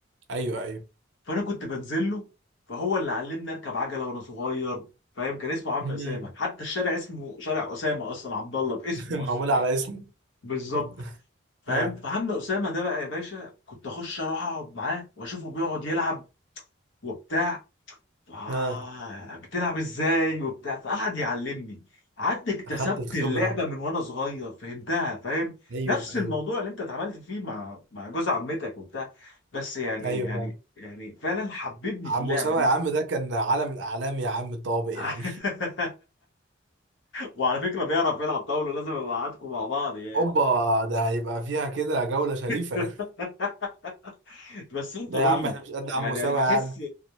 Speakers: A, on the right; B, on the left.
A: ايوه ايوه
B: فانا كنت بنزل له فهو اللي علمني اركب عجله وانا صغير فاهم كان اسمه عم
A: مم.
B: اسامه حتى الشارع اسمه شارع اسامه اصلا عبد الله باسمه
A: <laughs>
B: اصلا
A: معمولة على
B: يعني
A: اسمه
B: بالظبط
A: رب-
B: فاهم
A: اه
B: فعم اسامه ده بقى يا باشا كنت اخش اروح اقعد معاه واشوفه بيقعد يلعب وبتاع ف-
A: اه
B: بتلعب ازاي وبتاع فقعد يعلمني قعدت اكتسبت
A: اخدت الخبرة
B: اللعبه
A: انت
B: من وانا صغير فهمتها فاهم
A: ايوه
B: نفس
A: ايوه
B: الموضوع اللي انت اتعاملت فيه مع مع جوز عمتك وبتاع بس يعني
A: ايوه
B: يعني
A: فعلا
B: يعني فعلا حببني
A: عم
B: في اللعبه
A: أسامة
B: دي
A: يا عم ده كان علم من أعلام يا عم الطوابق
B: <laughs>
A: يا عم
B: وعلى فكره بيعرف يلعب طاوله لازم ابقى معاكم مع بعض يعني
A: هوبا ده هيبقى فيها كده جولة شريفة
B: <laughs> بس انت
A: لا
B: قول
A: يا عم
B: لي
A: احنا مش قد
B: يعني
A: عم أسامة
B: انا بحس
A: يا عم